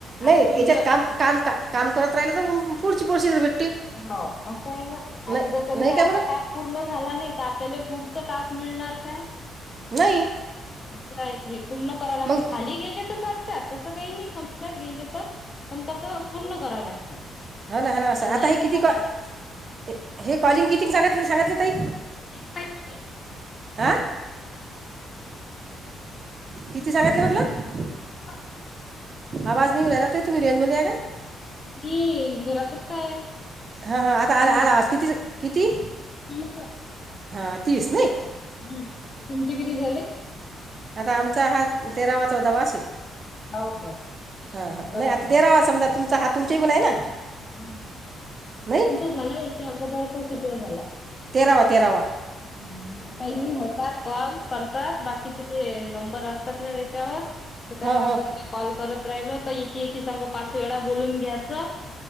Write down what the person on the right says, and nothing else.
नाही
याच्यात काम काम काम करत राहिलं तर पुढची प्रोसिजर भेटते.
नाही
नाही का
बरं
नाही.
मग
ह
आता
हे किती
कॉलिंग किती सांगितले. सांगितले ताई
हा किती सांगितले म्हटलं.
आवाज नाही उडाला त इ तूम्ही रेंज मध्ये आहे काय
हा हा आता
आला आला आवाज किती च किती
हा तीस नही.
आता आमचा हा तेरावा चौदावा असेल...
हा हा
नाही आता
तेरावा समजा तुमचा हा तुमच्या इगुन हाय ना
नाही
तेरावा तेरावा...
हां हां